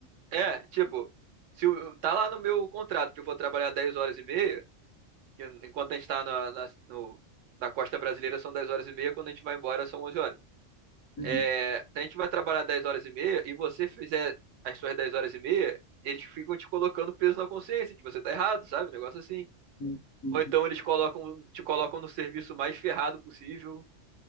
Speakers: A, on the right; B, on the left.
A: É, tipo, se o- tá lá no meu contrato que eu vou trabalhar 10 horas e meia, que enquanto a gente tá na, na, no- na costa brasileira são 10 horas e meia, quando a gente vai embora são 11 horas.
B: Uhum,
A: É, se a gente vai trabalhar 10 horas e meia e você fizer as suas 10 horas e meia, eles ficam te colocando peso na consciência, que você tá errado, sabe? Um negócio assim.
B: uhum, uhum.
A: Ou então eles colocam, te colocam no serviço mais ferrado possível,